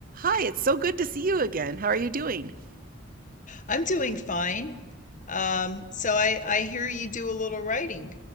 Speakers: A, on the right; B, on the left.
A: Hi, it's so good to see you again. How are you doing?
B: I'm doing fine. Um, so I, I hear you do a little writing.